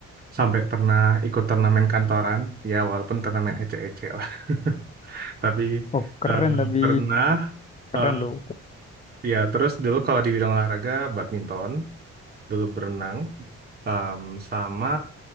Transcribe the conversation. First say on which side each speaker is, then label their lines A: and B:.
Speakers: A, on the right; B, on the left.
A: sampai pernah ikut turnamen kantoran ya walaupun turnamen ece-ece lah <laughs> tapi
B: Oh keren
A: eh,
B: tapi
A: pernah
B: keren
A: eh,
B: loh.
A: ya terus dulu kalau di bidang olahraga badminton dulu berenang em, sama